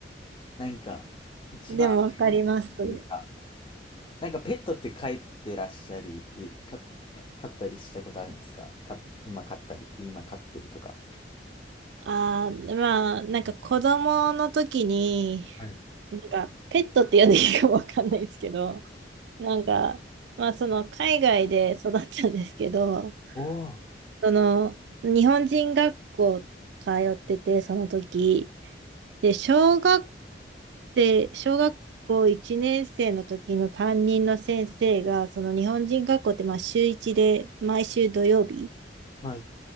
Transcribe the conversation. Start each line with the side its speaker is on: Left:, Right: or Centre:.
Left: なんか、一番愛らしいというか、
Right: でもわかります、それ。
Left: なんかペットって飼ってらっしゃり、いか、飼ったりしたことあるんですかか、今飼ったり、今飼ってるとか。
Right: ああ、まあ、なんか子供の時に、
Left: はい。
Right: なんかペットって呼んでいいかもわかんないですけど、なんか、まあその海外で育ったんですけど、
Left: おー、
Right: その日本人学校通ってて、その時、で、小学生、小学校1年生の時の担任の先生が、その日本人学校ってまあ週1で毎週土曜日、
Left: はい。